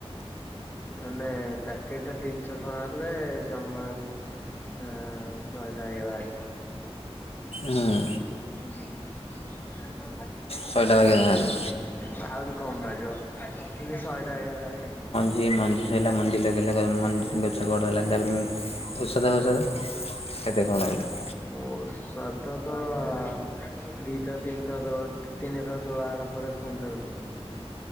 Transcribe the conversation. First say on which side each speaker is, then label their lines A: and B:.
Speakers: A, on the left; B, on the left.
A: ମାନେ ପ୍ୟାକେଟ ଟା ତିନିଶହ ଟଙ୍କା ହେଲେ ଜମା ଆଁ ଶହେ ଟା ହେଇଗଲା ଆଜିର
B: ହଁ।
A: ହୁଁ। ଆହୁରି
B: ଶହେଟା ବାଗିଆ ବାହାରିବ
A: କମ ବାହାରିବ <unintelligible> ଶହେ ଟା ହେ ବାହାର ଆଉ
B: ଯିଏ ମଞ୍ଜି ସଇଲା ମଞ୍ଜି ଲଗେଇଲା ମଞ୍ଜିର ଗଛ ବଡ଼ହେଲା ତାପରେ ମୁ ଔଷଧ ଫୌଷଧ କେତେ କଣ ଲାଗିଲା
A: ମୋ ସ୍ୱାଦ ତ ଦିଟା ତିନିଟା ଦବ। ତିନିଥର ତୋଳା ହେଲା ପରେ ପୁଣି ଥରେ ପଡୁଛି।